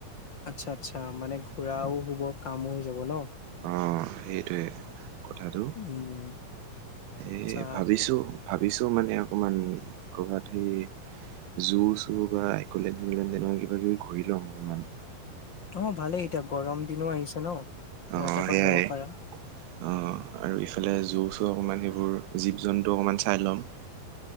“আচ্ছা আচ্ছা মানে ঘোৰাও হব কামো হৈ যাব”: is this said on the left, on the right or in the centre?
Left